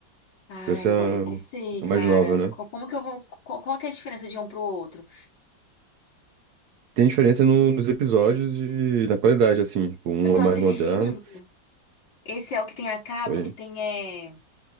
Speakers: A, on the left; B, on the right.
A: Ai,
B: Essa é
A: agora eu não
B: a,
A: sei,
B: a
A: cara.
B: mais nova, né?
A: Co- Como que eu vou. co- Qual, que é a diferença de um pro outro?
B: Tem diferença no- nos episódios e na qualidade, assim. Tipo, um
A: Eu tô
B: é mais
A: assistindo.
B: moderno.
A: Esse é o que tem a capa,
B: Oi.
A: que tem é.